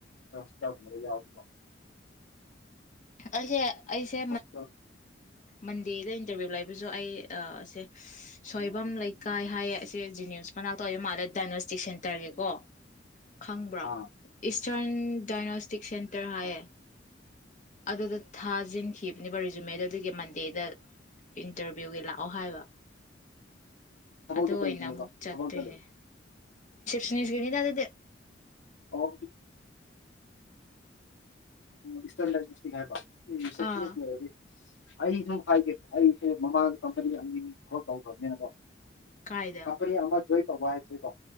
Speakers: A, on the left; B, on the left.
A: ꯑꯣꯏ ꯌꯥꯑꯣꯏ
B: ꯑꯩꯁꯦ ꯑꯩꯁꯦ
A: ꯀꯦ <unintelligible>
B: ꯃꯟꯗꯦꯗ ꯏꯟꯇꯔꯚꯤꯌꯨ ꯂꯩꯕꯁꯨ ꯑꯩ ꯑꯥ ꯁꯦ ꯁꯣꯏꯕꯝ ꯂꯩꯀꯥꯏ ꯍꯥꯏꯌꯦꯁꯦ ꯖꯤꯅꯦꯁ ꯃꯅꯥꯛꯇ ꯂꯩꯕ ꯃꯥꯜꯂꯦ ꯗꯥꯏꯅꯧꯁꯇꯤ ꯁꯦꯟꯇꯔꯒꯤꯀꯣ ꯈꯪꯕ꯭ꯔꯣ
A: ꯑꯥ
B: ꯏꯁꯇꯔꯟ ꯗꯥꯏꯅꯣꯁꯇꯤꯛ ꯁꯦꯟꯇꯔ ꯍꯥꯏꯌꯦ ꯑꯗꯨꯗꯥ ꯊꯥꯖꯦꯟ ꯈꯞ ꯅꯦꯕꯔ ꯔꯦꯖꯨꯃꯦꯗꯨ ꯑꯗꯨꯒꯤ ꯃꯟꯗꯦꯗ ꯏꯟꯇꯔꯚꯤꯌꯨꯒꯤ ꯂꯥꯛꯑꯣ ꯍꯥꯏꯕ
A: ꯊꯕꯛꯇꯣ
B: ꯑꯗꯨ ꯑꯣꯏꯅ
A: ꯀꯩꯅꯣꯕ
B: ꯑꯃꯨꯛ ꯆꯠꯇꯣꯏꯅꯦ
A: ꯊꯕꯛꯇ ꯂꯩ
B: ꯁꯔꯤ ꯁꯔꯤꯗ ꯑꯗꯨꯗꯤ
A: ꯑꯣ <unintelligible> <unintelligible>
B: ꯑꯥ
A: ꯑꯩꯁꯨ ꯍꯥꯏꯒꯦ ꯑꯩꯁꯦ ꯃꯃꯥꯡꯗ ꯀꯝꯄꯅꯤ ꯑꯅꯤ ꯊꯕꯛ ꯇꯧꯈ꯭ꯔꯕꯅꯤꯅꯥ ꯀꯦ
B: ꯀꯥꯏꯗ
A: ꯀꯝꯄꯥꯅꯤ ꯑꯃꯠ ꯊꯣꯌ ꯇꯧꯕꯥ ꯍꯥꯏꯗꯤꯀꯣ